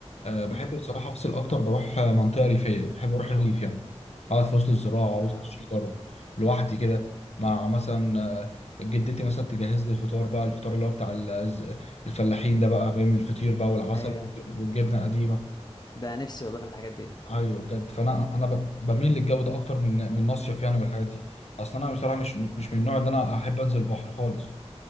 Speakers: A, on the left; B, on the left.
A: آه بحب
B: امم
A: بصراحه افصل اكتر بروح آه، منطقه ريفيه بحب اروح الريف يعني اقعد في وسط الزراعه وسط
B: اه
A: الشجر لوحدي كده مع مثلا آه، جدتي مثلا تجهز لي الفطار بقى الفطار اللي هو بتاع ال- الفلاحين ده بقى فاهم الفطير بقى والعسل
B: ايوه
A: والجبنه قديمه
B: ده نفسي والله في الحاجات دي
A: ايوه بجد فانا انا ب- بميل للجو ده اكتر من من مصيف يعني والحاجات دي اصل انا بصراحه مش مش من النوع اللي انا احب انزل البحر خالص